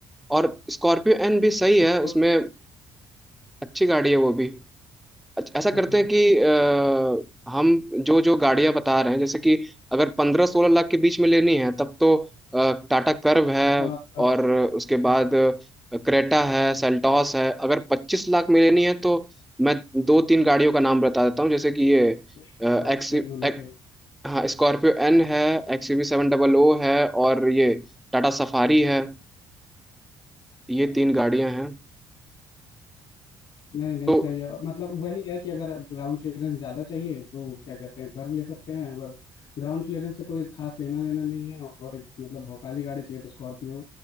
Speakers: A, in the centre; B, on the left.
A: और स्कॉर्पियो एन भी सही है
B: good,
A: उसमें अच्छी गाड़ी है वो भी अच्छा, ऐसा करते
B: हाँ हाँ
A: हैं कि अ, हम जो जो गाड़ियां बता रहे हैं जैसे कि अगर पंद्रह सोलह लाख के बीच में लेनी है तब तो अ, टाटा कर्व है
B: तब आप
A: और उसके
B: ठीक
A: बाद
B: है
A: क्रेटा है सेल्टॉस है अगर पच्चीस लाख में लेनी
B: हाँ
A: है तो मैं दो तीन गाड़ियों का नाम बता देता हूँ जैसे कि ये
B: एक तो
A: अ,
B: स्कॉर्पियन
A: एक्स एक,
B: होनी चाहिए
A: हाँ स्कॉर्पियो एन है X V seven double O
B: हाँ,
A: है और ये टाटा सफारी है ये
B: अच्छा
A: तीन गाड़ियां
B: अच्छा अच्छा
A: हैं
B: नहीं नहीं
A: तो
B: सही है मतलब वही है कि अगर ग्राउंड क्लियरेंस ज़्यादा चाहिए तो क्या कहते हैं कर्व ले सकते हैं अगर ग्राउंड क्लियरेंस से कोई खास लेना देना नहीं है और एक मतलब भौकाली गाड़ी चाहिए तो स्कॉर्पियो